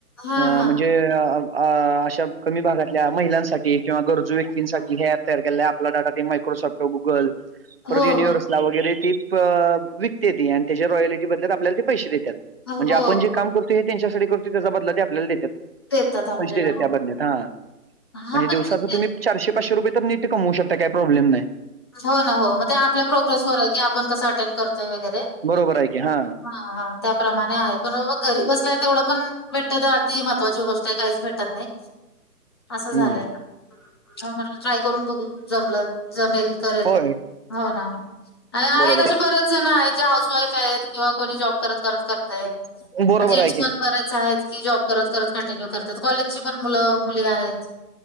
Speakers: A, on the left; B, on the right.
A: हां,
B: म्हणजे
A: हां.
B: अं अं अशां कमी भागांतल्या महिलांसाठी किंवा गरजूं व्यक्तींसाठी हे ऍप तयार केले आहे आपलां डाटां ते मायक्रोसॉफ्ट गुंगल परंत
A: हो,
B: युनिव्हर्सला
A: हो.
B: वगैरें ती प विकत्यांती आणि त्यांच्या रॉयलिटी बदल्यांत आपल्यांला ते पैसे देत्यांत
A: हो,
B: म्हणजे
A: हो.
B: आपणं जे कामं करतो ते त्यांच्यासाठी करतोय त्यांचा बंदला ते आपल्यांला देत्यांत
A: देतात आपल्याला.
B: पैसे देतांत
A: हो.
B: त्यां बद्ल्यांत हां
A: हां,
B: म्हणजे दिवसाचं
A: पण ठीक आहे.
B: तुंम्ही चारशे पाचे रुपये तरं नीटं कमऊं शकतांय कायं प्रॉब्लेम नाहीं
A: हो नां हो मंग ते आपल्या प्रोग्रेस वरं आहे की आपणं कसं अटेंड करतोय वगैरें
B: बरोबर आहे की हां
A: हां हां त्यांप्रमाणे आहे पणं एवढं घरी बसल्यां तेवढं पणं भेटतं तरं अति महत्त्वांची गोष्टं आहे कांहींच भेटतं नाहीं असं झालंय
B: हम्म
A: हं म्हटलं ट्राय करूंन बघूं जमलं जमेल करेल
B: होय
A: हो नां हो आणि आहेतं
B: बरोबर
A: असे बरेचं जणं आहेतं जे हाऊंस वाईफ आहेतं किंवा कोणी जॉब करतं करतं करतंय
B: आहे. बरोबर
A: जेंट्स
B: आहे
A: पणं
B: की
A: बरेचं आहेतं की जॉब करतं करतं कंटिन्यूं करतांत कॉलेजंची पणं मुलं मुली आहेतं